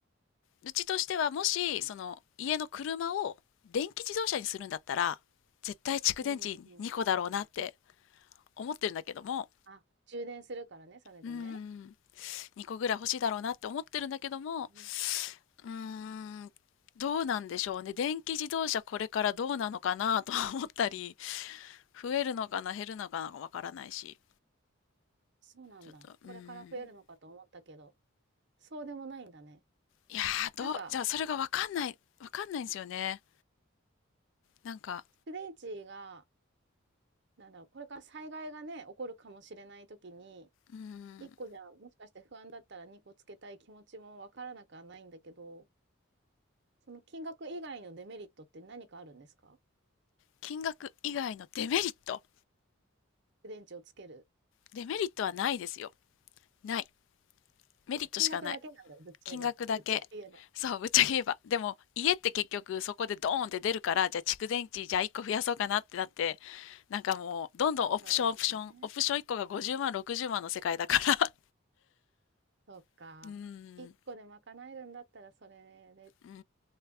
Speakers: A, on the left (about 65°); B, on the right (about 55°).
A: うちとしてはもしその家の車を電気自動車にするんだったら絶対蓄電池2個だろうなって
B: うんうん。
A: 思ってるんだけども
B: あ、充電するからね、それでね。
A: うーん2個ぐらい欲しいだろうなって思ってるんだけども
B: うん。
A: うーんどうなんでしょうね電気自動車これからどうなのかなと思ったり増えるのかな減るのかなわからないし
B: そうなんだ。
A: ちょっとうーん
B: これから増えるのかと思ったけど、そうでもないんだね。
A: いやーどうじゃあそれがわかんないわかんないんですよね
B: なんか、
A: なんか
B: 蓄電池が、なんだろう、これから災害がね、起こるかもしれない時に、
A: うーん
B: 1個じゃ、もしかして不安だったら2個つけたい気持ちもわからなくはないんだけどその金額以外のデメリットって何かあるんですか？
A: 金額以外のデメリット
B: 蓄電池をつける。
A: デメリットはないですよ。ない。メリットしかない。
B: え、じゃ、金額だけなんだ、ぶっちゃえば
A: 金額だけ。
B: <laughs> ぶっちゃけ言えば。
A: そう、ぶっちゃけ言えば。でも、家って結局そこでドーンって出るから、じゃあ蓄電池、じゃあ1個増やそうかなってなって、なんかもう、どんどんオプションオプション、
B: そうですね。
A: オプション1個が50万、60万の世界だから
B: そっか。
A: <laughs> うーん、
B: 1個で賄えるんだったら、それで
A: うーん、